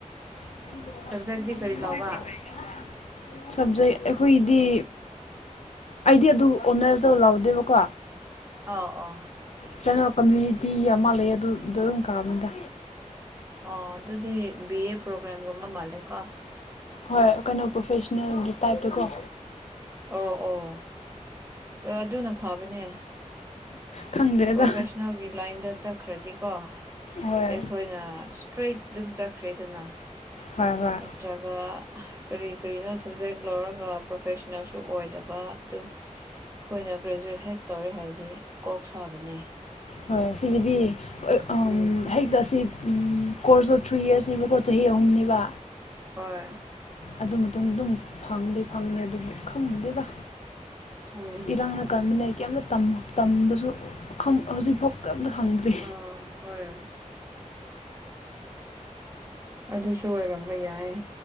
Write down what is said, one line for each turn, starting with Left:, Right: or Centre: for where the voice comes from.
Left: <unintelligible>
Right: ꯁꯕꯖꯦꯛꯇꯤ ꯀꯔꯤ ꯂꯧꯕ
Left: ꯁꯕꯖꯦꯛ ꯑꯩꯈꯣꯏꯒꯤꯗꯤ ꯑꯩꯗꯤ ꯑꯗꯨ ꯑꯣꯅꯔꯁꯇꯣ ꯂꯥꯎꯗꯦꯕꯀꯣ
Right: ꯑꯧ ꯑꯣ
Left: ꯀꯩꯅꯣ ꯀꯝꯃ꯭ꯌꯨꯅꯤꯇꯤ ꯑꯃ ꯂꯩꯌꯦ ꯑꯗꯨ ꯑꯗꯗꯨꯝ ꯀꯥꯕꯅꯤꯗ
Right: ꯑꯣ ꯑꯗꯨꯗꯤ ꯕꯤ ꯑꯦ ꯄ꯭ꯔꯣꯒ꯭ꯔꯥꯝꯒꯨꯝꯕ ꯃꯥꯜꯂꯦꯀꯣ
Left: ꯍꯣꯏ ꯀꯩꯅꯣ ꯄ꯭ꯔꯣꯐꯦꯁꯅꯦꯜꯒꯤ ꯇꯥꯏꯞꯇꯀꯣ
Right: ꯑꯣ ꯑꯣ ꯑꯗꯨꯅ ꯐꯕꯅꯦ
Left: ꯈꯪꯗ꯭ꯔꯦꯗ
Right: ꯄ꯭ꯔꯣꯐꯦꯁꯅꯦꯜꯒꯤ ꯂꯥꯏꯟꯗ ꯆꯠ ꯈ꯭ꯔꯗꯤꯀꯣ ꯑꯩꯈꯣꯏꯅ
Left: ꯍꯣꯏ
Right: ꯏꯁꯇ꯭ꯔꯦꯠ ꯑꯗꯨꯝ ꯆꯠꯈ꯭ꯔꯦꯗꯅ
Left: ꯍꯣꯏ ꯍꯣꯏ
Right: ꯑ ꯇ꯭ꯔꯒ ꯀꯔꯤ ꯀꯔꯤꯅꯣ ꯁꯕꯖꯦꯛ ꯂꯧꯔꯒ ꯄ꯭ꯔꯣꯐꯦꯁꯅꯦꯜꯁꯨ ꯑꯣꯏꯗꯕ ꯑꯗꯨ ꯑꯩꯈꯣꯏꯅ ꯒ꯭ꯔꯦꯖꯨꯋꯦꯠ ꯍꯦꯛ ꯇꯧꯔꯦ ꯍꯥꯏꯗꯤ ꯀꯣꯛ ꯁꯥꯕꯅꯦ꯫
Left: ꯍꯣꯏ ꯁꯤꯒꯤꯗꯤ ꯑꯥ
Right: ꯎꯝ꯫
Left: ꯑꯩꯇ ꯑꯁꯤ ꯑꯝ ꯀꯣꯔꯁꯇꯣ ꯊ꯭ꯔꯤ ꯌꯔꯁꯅꯦꯕꯀꯣ ꯆꯍꯤ ꯑꯍꯨꯝꯅꯦꯕ
Right: ꯍꯣꯏ꯫
Left: ꯑꯗꯨ ꯃꯇꯨꯡ ꯑꯗꯨꯝ ꯐꯪꯗꯤ ꯐꯪꯑꯦ ꯑꯗꯨꯕꯨ ꯈꯪꯗꯦꯗ
Right: ꯎꯝ
Left: ꯏꯔꯥꯡꯅ ꯀꯟꯕꯅꯦ ꯀꯔꯤꯝꯇ ꯇꯝ ꯇꯝꯕꯁꯨ ꯈꯪ ꯍꯧꯖꯤꯛꯐꯥꯎ ꯀꯔꯤꯝꯇ ꯈꯪꯗ꯭ꯔꯤ꯫
Right: ꯑꯥ ꯍꯣꯏ꯫ ꯑꯗꯨꯁꯨ ꯑꯣꯏꯔꯝꯕ ꯌꯥꯏ꯫